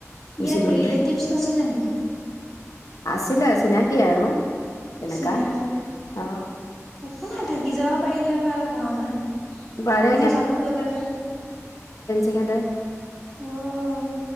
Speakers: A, on the left; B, in the centre.
A: খুচি
B: ইয়াত
A: গলব
B: ৰিলেটিভছ নাছিলে নেকি
A: আছিলে চিনাকি আৰু তেনেকা
B: চিনাকি
A: অ
B: একো নাই থাকি যাব পাৰিলে হয় আৰু ভাওনাাৰ
A: পাৰে
B: অকনো যাব কিয় লাগে
A: সহতে
B: অ'